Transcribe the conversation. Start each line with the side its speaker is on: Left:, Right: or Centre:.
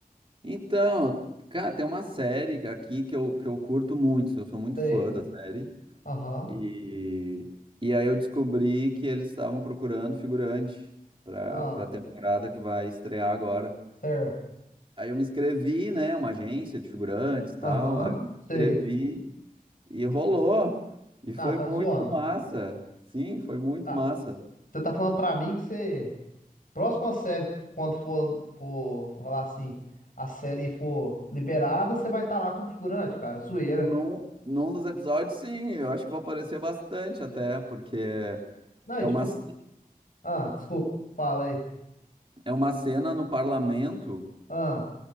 Right: Então, cara, tem uma série aqui que eu, que eu curto muito, eu sou muito
Left: Sei.
Right: fã da série.
Left: Aham.
Right: E, e aí eu descobri que eles estavam procurando figurante pra,
Left: Ah,
Right: pra temporada que vai estrear agora.
Left: certo.
Right: Aí eu me inscrevi, né? Uma agência de figurantes e
Left: Aham.
Right: tal. Aí eu me
Left: Sei.
Right: inscrevi. E rolou. E
Left: Ah,
Right: foi
Left: tá
Right: muito
Left: zoando.
Right: massa. Sim, foi muito
Left: Tá.
Right: massa.
Left: Você tá falando pra mim que você. Próxima série, quando for, for falar assim, a série for liberada, você vai estar lá com o figurante, cara. Zoeira.
Right: Num, num dos episódios, sim, eu acho que vai aparecer bastante até, porque
Left: Não,
Right: é
Left: e tipo.
Right: uma,
Left: assim,
Right: ce-
Left: Ah, desculpa. Fala aí.
Right: é uma cena no parlamento,
Left: Ah.